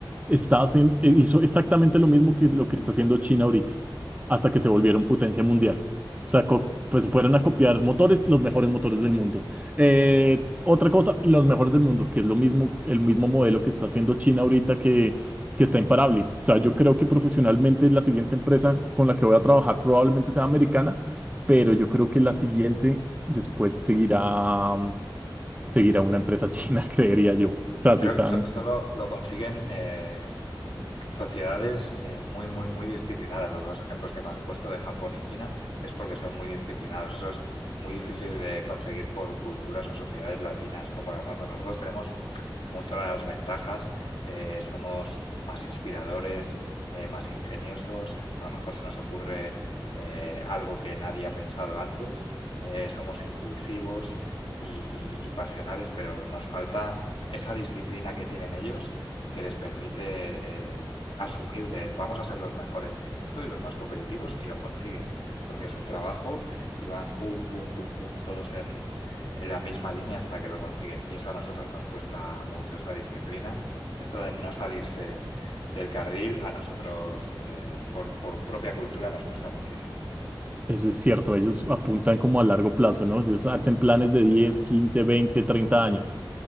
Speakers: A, on the right; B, on the left.
A: está hacen- eh, hizo exactamente lo mismo que lo que está haciendo China ahorita, hasta que se volvieron potencia mundial. O sea, co- pues se fueron a copiar motores, los mejores motores del mundo. Eh, otra cosa, los mejores del mundo, que es lo mismo, el mismo modelo que está haciendo China ahorita que, que está imparable. O sea, yo creo que profesionalmente la siguiente empresa con la que voy a trabajar probablemente sea americana, pero yo creo que la siguiente después seguirá seguir a una empresa china, <laughs> creería yo. O sea,
B: Creo
A: se están,
B: que so- solo lo consiguen eh, sociedades eh, muy, muy, muy disciplinadas. Los dos ejemplos que me has puesto de Japón y China es porque son muy disciplinados. Eso es muy difícil de conseguir por culturas o sociedades latinas como las nuestras. Nosotros tenemos muchas ventajas, eh, somos más inspiradores, eh, más ingeniosos, a lo mejor se nos ocurre eh, algo que nadie ha pensado antes, eh, somos impulsivos y, y- y pasionales, pero nos falta esa disciplina que tienen ellos que les permite eh, asumir de vamos a ser los mejores en esto y los más competitivos y lo consiguen, porque es un trabajo y van pum, pum, pum, pum, todos en, en la misma línea hasta que lo consiguen. Y eso a nosotros nos cuesta mucho, esa disciplina, esto de no salirse del carril, a nosotros eh, por, por propia cultura nos cuesta muchísimo.
A: eso es cierto, ellos apuntan como a largo plazo, ¿no? Ellos hacen planes de diez
B: Eso es,
A: quince veinte treinta años,